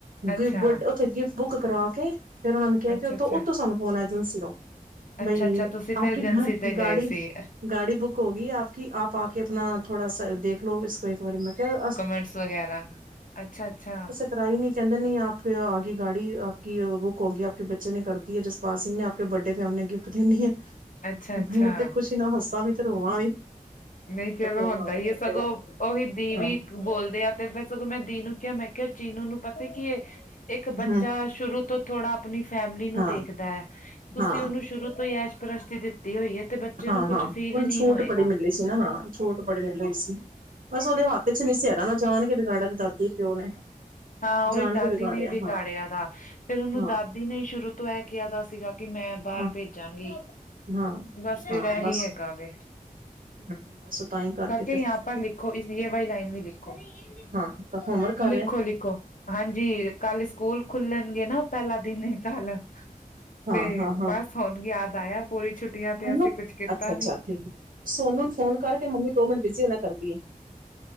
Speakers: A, on the left; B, on the right.
A: ਅੱਛਾ,
B: ਗਿ ਬਡ ਤੇ ਗਿਫ ਬੁੱਕ ਕਰਾ ਕੇ ਫੇਰ, ਉਹਨਾ ਨੂੰ ਕਿਹਾ
A: ਅੱਛਾ-ਅੱਛਾ
B: ਕਿ ਉਥੋਂ -ਉਥੋਂ ਸਾਨੂੰ ਫੋਨ ਆਜੇ ਏਜੰਸੀ ਤੋਂ
A: ਅੱਛਾ-ਅੱਛਾ
B: ਬਈ
A: ਤੁਸੀਂ ਫਿਰ
B: ਆਪ
A: ਏਜੰਸੀ
B: ਕੇ
A: ਤੇ ਗਏ
B: ਗਾੜੀ
A: ਸੀ
B: ਗਾੜੀ ਬੁੱਕ ਹੋ ਗੀ ਆਪ ਕੀ ਆਪ ਆ ਕੇ ਆਪਣਾ ਥੋੜਾ ਦੇਖ ਲੋ ਇਸ ਏਕ ਵਾਰੀ ਮੈਂ ਕੇਆ
A: ਡਸ ਵਗੈਰਾ ਅੱਛਾ-ਅੱਛਾ।
B: ਤਰਾ ਈ ਨੀ ਕੈਂਦੇ ਨੀ ਆਪੇ ਆ ਗੀ ਗਾੜੀ ਆ ਕੀ ਬੁੱਕ ਹੋ ਗੇਆ ਪ ਕੇ ਬੱਚੇ ਨੇ ਕਰਦੀ ਹੈ ਜਿਸ ਪਾਲ ਸਿੰਘ ਨੇ ਆਪਕੇ ਬਰਡੇ ਫੈਮ ਨੇ ਗਿਫਟ ਦਿਨੀ ਹੈ।
A: ਅੱਛਾ-ਅੱਛਾ
B: ਮੈਂ ਤੇ ਖੁਸ਼ੀ ਨਾਲ ਹੱਸਾ ਵੀ ਤੇ ਰੋਵਾਂ ਵੀ
A: ਨਈ ਚਲੋ
B: ਫੋਨ
A: ਹੁੰਦਾ
B: ਆ ਗਿਆ
A: ਈ
B: ਕਾਕੇ
A: ਐ ਸਗੋਂ
B: ਦਾ
A: ਓਹੀ ਦੀ
B: ਹਾਂ
A: ਵੀ ਬੋਲਦੇ ਆ ਤੇ ਫਿਰ ਸਗੋਂ ਮੈਂ ਦੀ ਨੂੰ ਕਿਹਾ ਮੈਂ ਕਿਹਾ ਚੀਨੂ ਨੂੰ ਪਤਾ ਕਿ ਏ ਇੱਕ ਬੱਚਾ
B: ਹਮ,
A: ਸ਼ੁਰੂ ਤੋਂ ਥੋੜਾ ਆਪਣੀ ਫੈਮਲੀ ਨੂੰ
B: ਹਾਂ
A: ਦੇਖਦਾ ਹੈ ਤੁਸੀਂ
B: ਹਾਂ
A: ਉਹਨੂੰ ਸ਼ੁਰੂ ਤੋਂ ਹੀ <unintelligible> ਦਿੱਤੀ ਹੋਈ ਹੈ ਤੇ ਬੱਚੇ
B: ਹਾਂ-ਹਾਂ,
A: ਨੂੰ ਕੁਛ ਫੀਲ
B: ਉਹਨੂੰ
A: ਨਹੀਂ
B: ਛੂਟ
A: ਹੋਏਗਾ।
B: ਬੜੀ ਮਿਲੀ ਸੀ ਨਾ ਹਾਂ, ਛੂਟ ਬੜੀ ਮਿਲੀ ਸੀ। ਬਸ ਉਹਦੇ ਹੱਥ ਚ ਨੀ ਸੀ। ਹੈਗਾ ਨਾ ਜਾਨ ਕੇ ਪਿਓ ਨੇ
A: ਹਾਂ ਉਹਦੀ
B: ਜਾਣ
A: ਦਾਦੀ
B: ਕੇ
A: ਨੇ ਵਿਗਾੜਿਆ
B: ਹਾਂ
A: ਦਾ, ਫੇਰ ਉਹਨੂੰ
B: ਹਾਂ
A: ਦਾਦੀ ਦੀ ਨੇ ਸ਼ੁਰੂ ਤੋਂ ਇਹ ਕਿਹਾ ਦਾ ਸੀਗਾ ਕਿ ਮੈਂ ਬਾਹਰ
B: ਹਾਂ
A: ਭੇਜਾਂਗੀ।
B: ਹਾਂ
A: ਬਸ ਫੈਰ
B: ਹਾਂ
A: ਇਹੀ
B: ਬਸ
A: ਹੈਗਾ ਵੇ
B: ਹੂੰ ਬਸ ਤਾਂ ਹੀ ਕਰਕੇ
A: ਕਾਕੇ
B: ਫਿਰ
A: ਯਹਾ ਪਰ ਲਿਖੋ ਇਸ ਏ ਵਾਈ ਲਾਈਨ ਵੀ ਲਿਖੋ-ਲਿਖੋ-ਲਿਖੋ।
B: ਹਾਂ ਹੋਮਵਰਕ ਕਰ ਰਿਹਾ
A: ਹਾਂਜੀ, ਕੱਲ ਸਕੂਲ ਖੁੱਲਣਗੇ ਨਾ ਪੈਲਾ ਦਿਨ ਏ ਕੱਲ।
B: ਹਾਂ-ਹਾਂ-ਹਾਂ
A: ਤੇ ਬਸ ਹੁਣ ਯਾਦ ਆਇਆ ਪੂਰੀ ਛੁੱਟੀਆਂ
B: ਮੰਨੂੰ
A: ਤੇ ਅਸੀਂ ਕੁਛ ਕੀਤਾ
B: ਅੱਛਾ-ਅੱਛਾ
A: ਨੀ।
B: ਠੀਕ ਹੈ। ਸੋਨੂੰ ਫੋਨ ਕਰਕੇ ਮੰਮੀ ਦੋ ਮਿੰਟ ਬਿਜ਼ੀ ਉਹਨਾ ਕਰਦੀ ਹੈ।